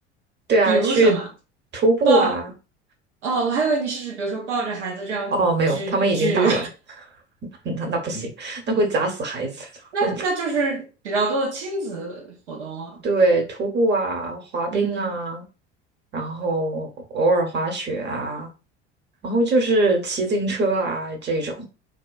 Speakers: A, on the right; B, on the right.
A: 对啊，
B: 比如什么
A: 去徒步啊，
B: 抱哦，我还以为你是指比如说抱着孩子这样举举，
A: 哦，没有，他们已经大了，<laughs> 那那不嗯行，那会砸死孩子的。
B: <laughs> 那那就是比较多的亲子活动了。
A: <laughs> 对，徒步啊，滑冰啊，
B: 嗯，
A: 然后偶尔滑雪啊，然后就是骑自行车啊这种。